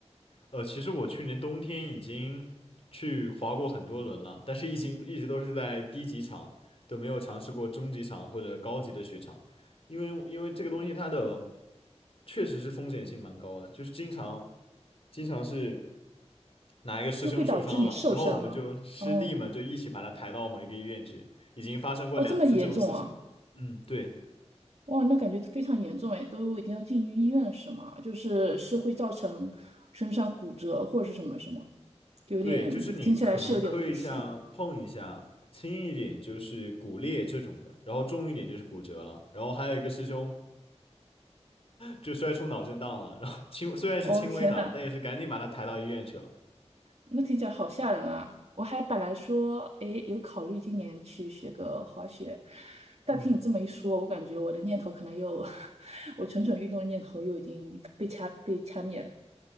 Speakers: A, on the left (about 55°); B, on the right (about 60°).
A: 呃，其实我去年冬天已经去滑过很多轮了，但是一直一直都是在低级场，都没有尝试过中级场或者高级的雪场，因为因为这个东西它的确实是风险性蛮高的，就是经常经常是哪一个师兄受伤了，
B: 就会导致你受伤吗？
A: 然后我们就师弟们就一起把他抬到某一个医院去，
B: 哦，
A: 已经发生过两次这种事情了。
B: 哦，这么严重啊！
A: 嗯，对。
B: 哇，那感觉非常严重哎，都已经要进医院了是吗？就是是会造成身上骨折或者是什么什么，有点听起来是有点危险。
A: 对，就是你可能磕一下、碰一下，轻一点就是骨裂这种的，然后重一点就是骨折了，然后还有一个师兄就摔出脑震荡了，然后轻虽然是轻微的，
B: 哦天呐，
A: 但也是赶紧把他抬到医院去了。
B: 那听起来好吓人啊！我还本来说，哎，有考虑今年去学个滑雪，但听你这么一说，
A: 嗯，
B: 我感觉我的念头可能又，<laughs> 我蠢蠢欲动的念头又已经被掐被掐灭了。